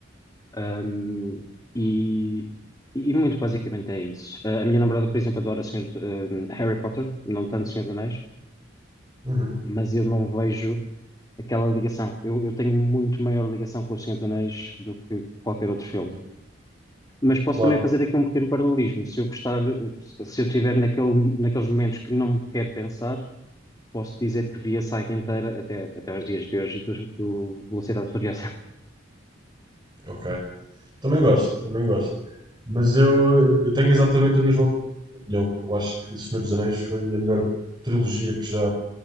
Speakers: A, on the left; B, on the right.
A: Um, e, e muito basicamente é isso. Uh, A minha namorada, por exemplo, adora Senhor, do- um, Harry Potter, não tanto Senhor dos Anéis,
B: Uhum.
A: mas eu não vejo aquela ligação. Eu, eu tenho muito maior ligação com o Senhor dos Anéis do que qualquer outro filme.
B: Do
A: Mas posso
B: Claro.
A: também fazer aqui um pequeno paralelismo. Se eu gostar, uh, se eu tiver naquele, naqueles momentos que não me quero pensar, posso dizer que vi a saga inteira até, até aos dias de hoje do, do Velocidade Furiosa. <laughs>
B: Ok. Também gosto, também gosto. Mas eu, eu tenho exatamente a mesma opinião. Eu acho que Senhor dos Anéis foi a melhor trilogia que já,